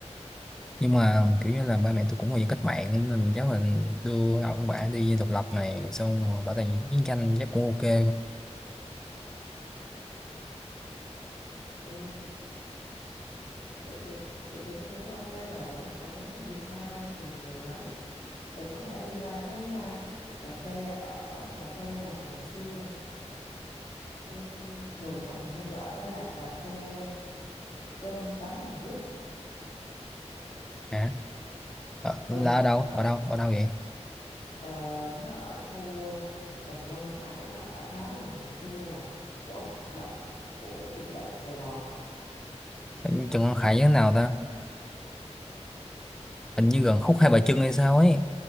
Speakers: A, in the centre; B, on the left.
A: nhưng mà kiểu như là ba mẹ tôi cũng là dân cách mạng nên chắc là đưa ông bà đi độc lập này xong rồi bảo tàng chiến tranh chắc cũng ok
B: ừ, vậy thì vậy thì tôi nghĩ là ok rồi còn nếu mà đi xa hơn thì nhiều lắm rồi có thể đi qua cái à, cà phê ở cà phê mà ngày xưa ừm, thường mọi người hay gọi đó là cà phê cơm tấm Hàn Quốc
A: hả Ờ, là
B: ừ
A: ở đâu ở đâu ở đâu vậy
B: Ờ, nó ở khu Trần Quang Khải, ở đó là ngày xưa là chỗ hoạt động của biệt động Sài Gòn.
A: Trần Quang Khải như thế nào ta hình
B: Ông
A: như gần
B: đợi
A: khúc
B: tôi
A: Hai Bà Trưng hay sao ấy